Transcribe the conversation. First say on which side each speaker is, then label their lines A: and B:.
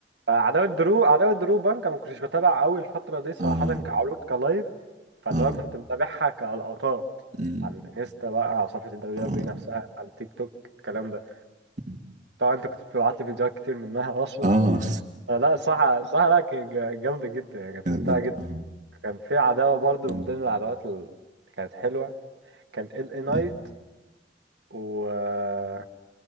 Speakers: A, on the right; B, on the right.
A: فعداوة درو عداوة درو بانك ما كنتش بتابع قوي الفترة دي صراحة
B: اه
A: كعروض كلايف فاللي
B: اه
A: هو كنت متابعها كلقطات
B: مم.
A: على الانستا بقى على صفحة الدبليو
B: اه
A: دبليو نفسها على التيك توك الكلام ده
B: مم.
A: طبعا انت كنت بتبعت لي فيديوهات كتير منها اصلا
B: اه
A: آه، لا الصراحة الصراحة لا كانت جا- جامدة جدا
B: <laughs>
A: يعني كانت
B: كانت
A: ممتعة
B: جامدة
A: جدا
B: اه
A: كان في عداوة برضو
B: مم.
A: من ضمن العداوات اللي كانت حلوة كان ال اي نايت
B: مم.
A: و